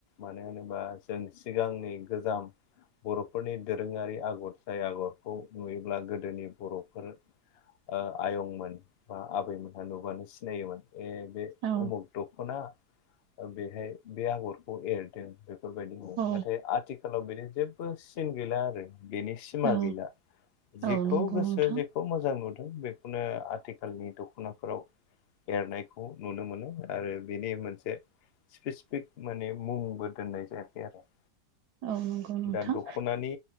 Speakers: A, on the left; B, on the right.
A: मानो होनोबा जों सिगांनि गोजाम बर'फोरनि दोरोङारि आगर जाय आगरखौ नुयोब्ला गोदोनि बर'फोर ओ आयंमोन बा आबैमोनहा नुबानो सिनायोमोन। ए बे
B: औ
A: उमुग दख'ना बेहाय बे आगरखौ एरदों। बेफोरबायदि
B: औ
A: नाथाय आथिखालाव बिदि जेबो सिन गैला आरो। बेनि सिमा
B: औ
A: गैला जेखौ
B: औ नंगौ
A: गोसो
B: नोंथां
A: जेखौ मोजां नुदों बे बेखनो आथिखालनि दख'नाफोराव एरनायखौ नुनो मोनो आरो बेनि मोनसे स्पेसिफिक माने मुंबो दोननाय जायाखै आरो।
B: औ नंगौ नोंथां
A: दा दख'नानि